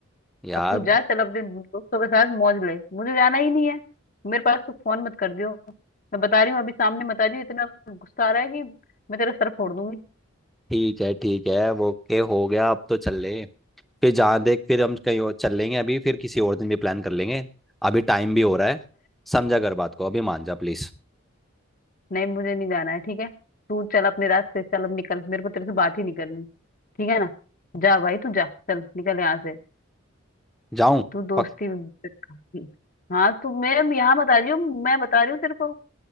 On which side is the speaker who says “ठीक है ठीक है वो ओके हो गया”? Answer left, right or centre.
Centre